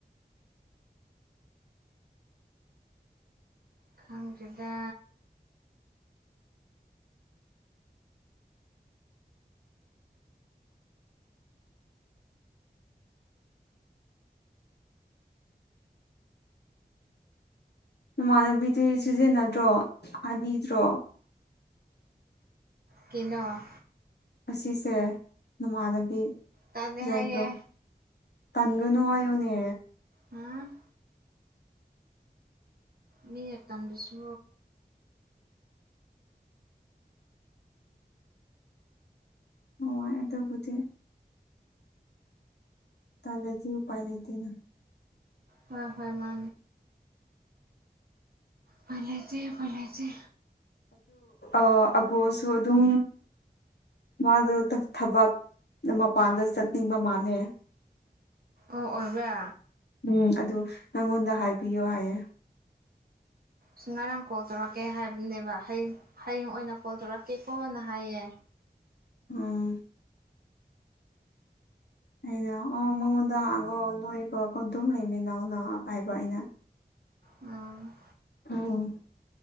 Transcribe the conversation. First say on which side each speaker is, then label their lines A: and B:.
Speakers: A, on the right; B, on the left.
A: ꯈꯪꯗꯗ
B: ꯅꯃꯥꯟꯅꯕꯤꯗꯤ ꯁꯤꯖꯤꯟꯅꯗ꯭ꯔꯣ ꯍꯥꯏꯕꯤꯗ꯭ꯔꯣ
A: ꯀꯩꯅꯣ
B: ꯑꯁꯤꯁꯦ ꯅꯃꯥꯟꯗꯕꯤꯖꯥꯏꯟꯗꯣ
A: ꯇꯜꯂꯦ ꯍꯥꯏꯌꯦ
B: ꯇꯟꯒꯅꯣ ꯍꯥꯏꯌꯣꯅꯦ
A: ꯎꯝ ꯃꯤꯉ ꯇꯟꯗꯨꯁꯨ
B: ꯑꯣ ꯑꯗꯕꯨꯗꯤ ꯇꯂꯗꯤ ꯎꯄꯥꯏ ꯂꯩꯇꯅ
A: ꯍꯣꯏ ꯍꯣꯏ ꯃꯥ ꯄꯂꯁꯦ ꯄꯂꯆꯦ
B: ꯑ ꯑꯒꯣꯁꯨ ꯑꯗꯨꯝ ꯃꯥꯗꯣ ꯊꯕꯛ ꯃꯄꯥꯟꯗ ꯆꯠꯅꯤꯡꯕ ꯃꯥꯜꯂꯦ
A: ꯑꯣ ꯑꯣꯏꯕ
B: ꯎꯝ ꯑꯗꯨ ꯅꯪꯉꯣꯟꯗ ꯍꯥꯏꯕꯤꯌꯣ ꯍꯥꯏꯌꯦ
A: ꯁꯨꯃꯥꯏꯔꯥꯡ ꯀꯣꯜꯔꯛ ꯀꯩ ꯍꯥꯏꯕꯅꯦꯕ ꯍꯌꯦꯡ ꯍꯌꯦꯡ ꯑꯣꯏꯅ ꯀꯣꯜ ꯇꯧꯔꯛꯀꯦꯀꯣꯅ ꯍꯥꯏꯌꯦ
B: ꯎꯝ ꯑꯩꯅ ꯑ ꯃꯉꯣꯟꯗ ꯍꯥꯡꯉꯣꯑꯣ ꯅꯣꯏꯒꯀꯣ ꯑꯗꯨꯝ ꯂꯩꯃꯤꯟꯅꯧ ꯅꯀꯥꯏꯕ ꯑꯩꯅ
A: ꯎꯝ
B: ꯎꯝ